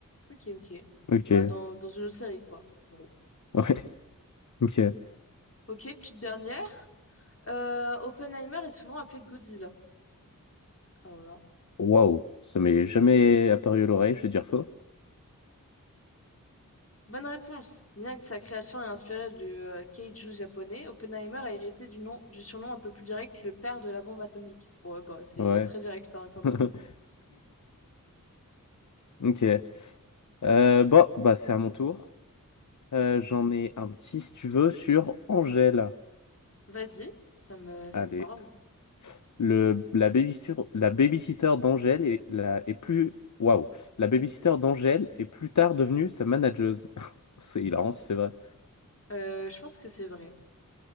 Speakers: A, on the left; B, on the left.
A: Ok, ok.
B: Ok.
A: Bah, dans, dans une autre série, quoi. en gros.
B: Ouais. <laughs> Ok.
A: Ok, petite dernière. Euh, Oppenheimer est souvent appelé Godzilla. Alors là.
B: Waouh. Ça m'est jamais apparu à l'oreille. Je vais dire faux.
A: Bonne réponse. Bien que sa création ait inspiré le euh, keiju japonais, Oppenheimer a hérité du nom, du surnom un peu plus direct, le père de la bombe atomique. Ouais, bah c'est
B: Ouais.
A: très direct hein, comme
B: <laughs>
A: nom.
B: Ok. Euh, bon, bah, c'est à mon tour. Euh, j'en ai un petit, si tu veux, sur Angèle.
A: Vas-y, ça me, ça
B: Allez.
A: me parle.
B: Le, la babysitter, la babysitter d'Angèle est, la, est plus. Waouh! La babysitter d'Angèle est plus tard devenue sa manageuse. <laughs> C'est hilarant si c'est vrai.
A: Euh, je pense que c'est vrai.